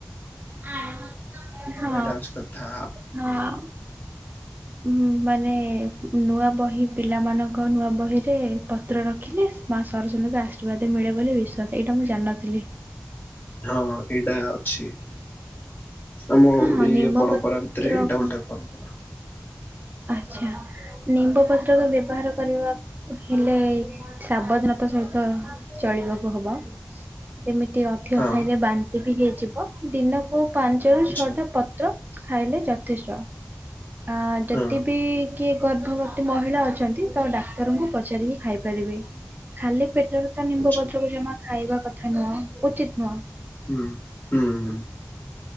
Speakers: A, on the right (about 35°); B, on the left (about 35°).
A: ହଁ
B: ଏଇଟା ହଉଛି କଥା
A: ହଁ। ଉ ମାନେ ନୂଆ ବହି ପିଲାମାନଙ୍କ ନୂଆ ବହିରେ, ତ୍ର ରଖିଲେ ସେ ମା ସରସ୍ୱତୀଙ୍କୁ ଆଶୀର୍ବାଦ ମିଳେ ବୋଲି ବିଶ୍ୱାସ ଏଇଟା ମୁଁ ଜାଣଥିଲି।
B: ହଁ ଏଇଟା ଅଛି। ଆମ
A: ହଁ
B: ଓଡିଆ
A: ହଁ ନିମ
B: ପରମ୍ପରା
A: ପତ୍ରକୁ
B: ଭିତରେ ଏଇଟା ଗୋଟ ପର
A: ଆଚ୍ଛା ନିମ୍ବ ପତ୍ରକୁ ବ୍ୟବହାର କରିବା ହେଲେ ସାବଧାନତା ସହିତ ଚଳିବାକୁ ହବ, ଯେମିତି ଅ ଧିକ
B: ହଁ
A: ଖାଇଲେ ବାନ୍ତି ବି ହେଇଯିବ ଦିନକୁ ପାଞ୍ଚ ରୁ
B: ଆଚ୍ଛା
A: ଛଅଟା ପତ୍ର ଖାଇଲେ ଯଥେଷ୍ଟ ଆ ଯେତେ
B: ହଁ।
A: ବିି କିଏ ଗର୍ଭବତୀ ମହିଳା ଅଛନ୍ତି ତ ଡାକ୍ତରଙ୍କୁ ପଚାରିକି ଖାଇପାରିବେ ଖାଲି ପେଟରେ ତା ନିମ୍ବପତ୍ରକୁ
B: ଆଚ୍ଛା
A: ଜମା ଖାଇବା କଥା ନୁହଁ, ଉଚିତ ନୁହଁ
B: ହୁଁ ହୁଁ ହୁଁ।